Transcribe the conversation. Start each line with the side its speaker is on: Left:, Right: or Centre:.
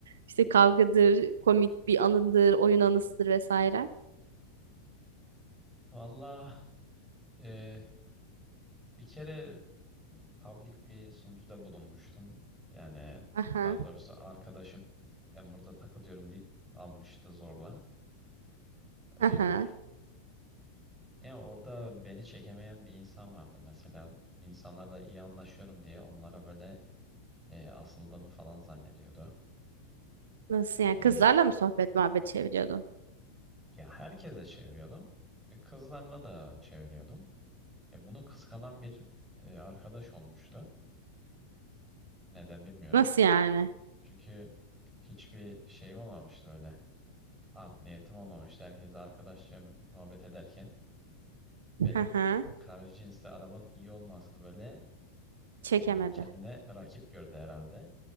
Right: İşte kavgadır, komik bir anındır, oyun anısıdır vesaire.
Centre: Valla e, bir kere bir public bir sunucuda bulunmuştum. Yani
Right: Aha,
Centre: daha doğrusu arkadaşım ben burada takılıyorum deyip almıştı zorla. E,
Right: aha.
Centre: yani orada beni çekemeyen bir insan vardı. Mesela insanlarla iyi anlaşıyorum diye onlara böyle e, asıldığımı falan zannediyordu.
Right: Nasıl yani?
Centre: E,
Right: Kızlarla mı sohbet muhabbet çeviriyordun?
Centre: ya herkese çeviriyordum. E, Kızlarla da çeviriyordum. E, bunu kıskanan bir e, arkadaş olmuştu. Neden bilmiyorum.
Right: Nasıl yani?
Centre: Çünkü hiçbir şeyim olmamıştı böyle. Art niyetim olmamıştı. Herkese arkadaşça muhabbet ederken benim
Right: Aha,
Centre: karşı cinsli arabanın iyi olmasını böyle e,
Right: çekemedi.
Centre: kendine rakip gördü herhalde.